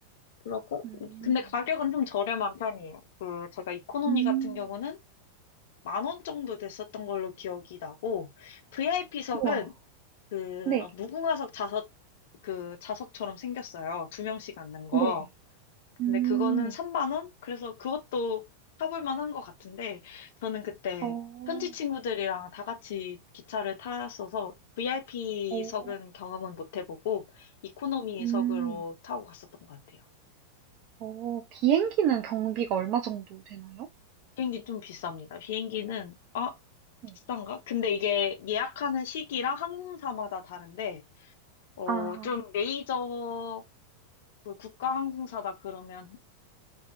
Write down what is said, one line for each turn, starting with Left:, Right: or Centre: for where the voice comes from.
Left: 그러고,
Right: 음,
Left: 근데 가격은 좀 저렴한 편이에요. 그, 제가 이코노미
Right: 음,
Left: 같은 경우는 만 원 정도 됐었던 걸로 기억이 나고, VIP석은
Right: 우와,
Left: 그런
Right: 네,
Left: 무궁화석 좌석, 그 좌석처럼 생겼어요. 두 명씩 앉는 거.
Right: 네,
Left: 근데
Right: 음,
Left: 그거는 3만 원? 그래서 그것도 타볼 만한 것 같은데, 저는 그때
Right: 어,
Left: 현지 친구들이랑 다 같이 기차를 탔어서 VIP석은
Right: 어,
Left: 경험은 못 해보고, 이코노미석으로
Right: 음,
Left: 타고 갔었던 것 같아요.
Right: 어, 비행기는 경비가 얼마 정도 되나요?
Left: 비행기 좀 비쌉니다. 비행기는, 아,
Right: 네.
Left: 비싼가? 근데 이게 예약하는 시기랑 항공사마다 다른데, 어,
Right: 아,
Left: 좀 메이저 그 국가 항공사다 그러면